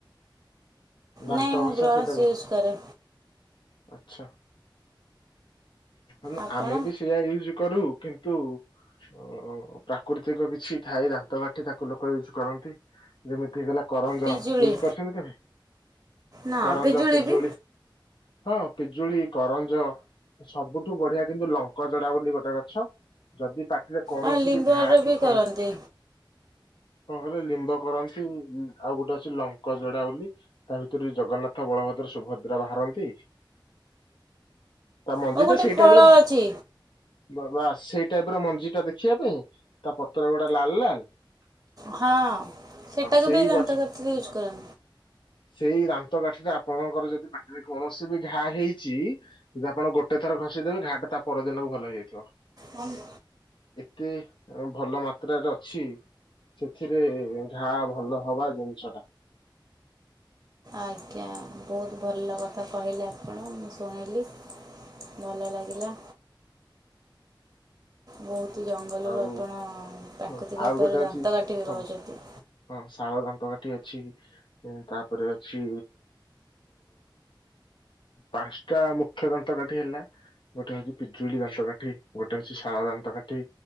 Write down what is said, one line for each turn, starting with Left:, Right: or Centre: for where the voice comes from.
Left: ଦାନ୍ତ
Right: ନାଇଁ ମୁଁ
Left: ଘଷା
Right: ବ୍ରସ୍
Left: ସେଇଟାକୁ
Right: ୟୁଜ୍ କରେ
Left: ଆଛା ଆମେ
Right: ଆପଣ
Left: ଆମେ ବି ସେୟା ୟୁଜୁ କରୁ କିନ୍ତୁ ଓ-ଓ-ଓ ପ୍ରାକୃତିକ କିଛି ଥାଏ ଦାନ୍ତ କାଠି ତାକୁ ଲୋକ ୟୁଜ କରନ୍ତି ଯେମିତି ହେଇଗଲା କରଞ୍ଜ
Right: ପିଜୁଳି
Left: ୟୁଜ୍ କରିଛନ୍ତି କେବେ?
Right: ନା
Left: କରଞ୍ଜ ପିଜୁଳି
Right: ବି
Left: ହଁ ପିଜୁଳି, କରଞ୍ଜ ସବୁଠୁ ବଢିଆ କିନ୍ତୁ ଲଙ୍କ ଜଡା ବୋଲି ଗୋଟେ ଗଛ ଯଦି ପାଟିରେ କୌଣସି
Right: ଆଉ ଲିମ୍ବର
Left: ବି ଘା କି ଖଣ୍ଡ
Right: କରନ୍ତି
Left: କଣ କହିଲେ ଲିମ୍ବ କରନ୍ତି ଆଉ ଗୋଟେ ଅଛି ଲଙ୍କ ଯୋଡ଼ା ବୋଲି। ତା ଭିତରୁ ଜଗନ୍ନାଥ ବଳଭଦ୍ର ସୁଭଦ୍ରା ବାହାରନ୍ତି। ତା ମଞ୍ଜି
Right: ଆଉ ଗୋଟେ
Left: ଟା ସେଇ
Right: ଫଳ
Left: ଟାଇପ୍ ର
Right: ଅଛି
Left: ବାବା ସେଇ ଟାଇପ୍ ର ମଞ୍ଜି ଟା ଦେଖିବା ପାଇଁ ତା ପତ୍ର ଗୁଡ଼ା ଲାଲ୍ ଲାଲ୍।
Right: ହଁ ସେଟାକୁ
Left: ସେଇ
Right: ବି ଦାନ୍ତକାଠି
Left: ଗଛ
Right: ରେ ୟୁଜ କର
Left: ସେଇ ଦାନ୍ତକାଠି ଟା ଆପଣଙ୍କର ଯଦି ପାଟିରେ କୌଣସି ବି ଘା ହେଇଚି। ଯଦି ଆପଣ ଗୋଟେ ଥର ଘଷିଦେବେ ଘା ଟା ତା ପର ଦିନ କୁ ଭଲ ହେଇଯାଇଥିବ।
Right: ହନ୍
Left: ଏତେ ଭଲ ମାତ୍ରାରେ ଅଛି ସେଥିରେ-ଏ-ଏ ଘା ଭଲ ହବା ଜିନିଷ ଟା।
Right: ଆଜ୍ଞା ବହୁତ୍ ଭଲ କଥା କହିଲେ ଆପଣ ମୁଁ ଶୁଣିଲି। ଭଲ ଲାଗିଲା। ବହୁତ୍ ଜଙ୍ଗଲ
Left: ଆଉ
Right: ରୁ ଆପଣ ପ୍ରାକୃତିକ
Left: ହଁ, ଆଉ
Right: ଉପାୟରେ
Left: ଗୋଟେ ଅଛି
Right: ଦାନ୍ତକାଠି ବି
Left: ହଁ
Right: ପାଉଚନ୍ତି।
Left: ହଁ ଶାଳ ଦାନ୍ତକାଠି ଅଛି। ତା ପରେ ଅଛି ପାଞ୍ଚଟା ମୁଖ୍ୟ ଦାନ୍ତକାଠି ହେଲା। ଗୋଟେ ହଉଚି ପିଜୁଳି ଦାନ୍ତକାଠି ଗୋଟେ ହଉଚି ଶାଳ ଦାନ୍ତକାଠି।